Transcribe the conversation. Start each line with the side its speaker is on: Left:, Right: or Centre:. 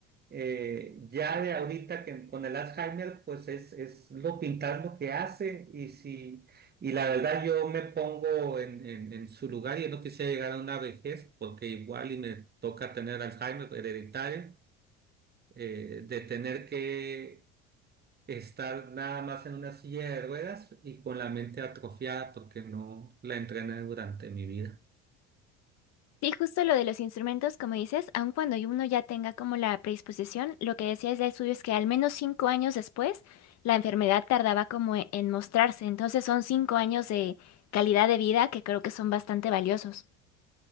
Right: eh, ya de ahorita que con el Alzheimer, pues es, es lo pintar lo que hace y si, y la verdad yo me pongo en, en, en su lugar y no quisiera llegar a una vejez porque igual y me toca tener Alzheimer hereditario eh, de tener que estar nada más en una silla de ruedas y con la mente atrofiada porque no la entrené durante mi vida.
Left: Sí, justo lo de los instrumentos, como dices, aun cuando uno ya tenga como la predisposición, lo que decía decías el estudio es que al menos cinco años después la enfermedad tardaba como e- en mostrarse. Entonces son cinco años de calidad de vida que creo que son bastante valiosos.